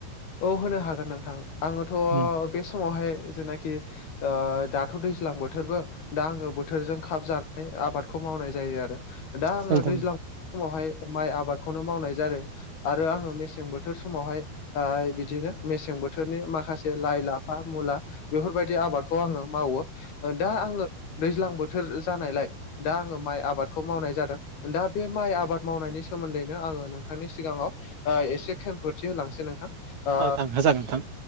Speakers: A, on the left; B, on the right.
A: औ होनो हागोन नोंथां आङोथ'
B: उम
A: बे समावहाय जेनाखि दाथ' दैज्लां बोथोरबो दा आङो बोथोरजों खाब जा आबादखौ मावनाय जायो आरो दा
B: नोंथां
A: आङो दैज्लां
B: औ
A: समावहाय माइ आबादखौनो मावनाय जादों आरो आङो मेसें बोथोर समावहाय बिदिनो मेसें बोथोरनि माखासे लाइ लाफा मुला बेफोरबायदि आबादखौ आङो मावो दा आङो दैज्लां बोथोर जानायलाय दा आङो माइ आबादखौ मावनाय जादों। दा बे माइ आबाद मावनायनि सोमोन्दैनो आङो नोंथांनि सिगाङाव ओ एसे खेंफोरथि होलांसै नोंथां आ
B: नोंथां होजागोन नोंथां